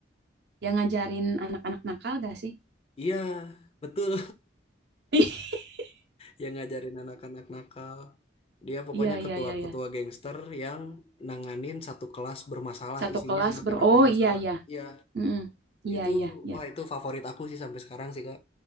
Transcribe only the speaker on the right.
yang ngajarin anak-anak nakal gak sih?
<laughs>
Iya iya
iya iya.
Satu
kelas
ber Oh
iya iya.
Mm-mm. Iya
iya iya.